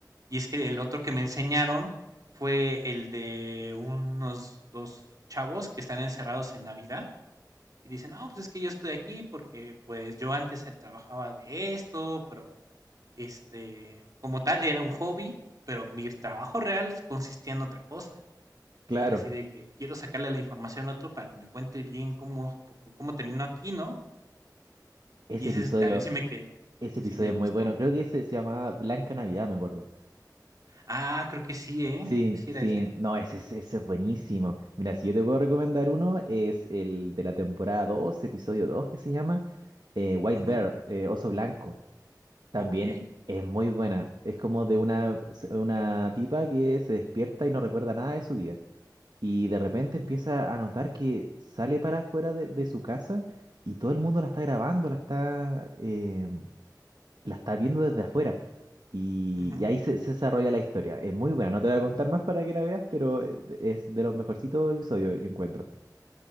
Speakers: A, on the right; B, on the right.
A: Y es que el otro que me enseñaron fue el de unos dos chavos que están encerrados en Navidad Y dicen, no, pues es que yo estoy aquí porque pues yo antes eh, trabajaba de esto, pero este, como tal, era un hobby, pero mi trabajo real consistía en otra cosa.
B: claro.
A: Y era así de que quiero sacarle la información a otro para que me cuente bien cómo, poco- cómo terminó aquí, ¿no?
B: Ese
A: Y ese
B: episodio,
A: es- también sí me que
B: ese
A: sí
B: episodio
A: me gustó.
B: es muy bueno. Creo que ese se llamaba Blanca Navidad, me acuerdo.
A: Ah, creo que sí, ¿eh?
B: Sí,
A: Creo que sí
B: sí,
A: era ese.
B: no, ese, es- ese es buenísimo. Mira, si yo te puedo recomendar uno, es el de la temporada 2, episodio 2, que se llama eh, White
A: Ujú.
B: Bear, eh, Oso Blanco, también
A: Ok,
B: es muy buena. Es como de una, una tipa que se despierta y no recuerda nada de su vida. Y de repente
A: ok.
B: empieza a notar que sale para afuera de, de su casa y todo el mundo la está grabando, la está, eh, la está viendo desde afuera. Y,
A: ujú.
B: y ahí se, se desarrolla la historia. Es muy buena. No te voy a contar más para que la veas, pero eh, es de los mejorcitos episodios, yo encuentro.